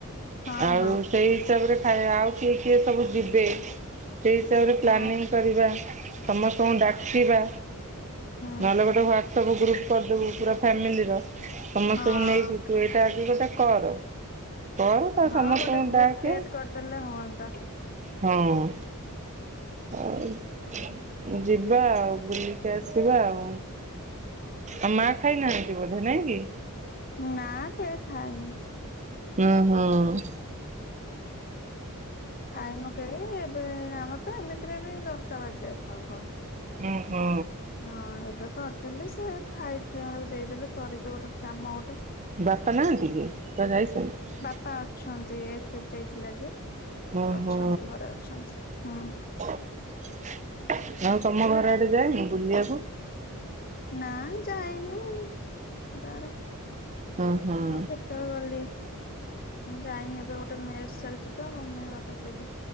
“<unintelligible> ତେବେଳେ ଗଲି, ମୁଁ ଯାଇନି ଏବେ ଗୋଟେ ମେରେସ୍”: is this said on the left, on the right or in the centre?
Left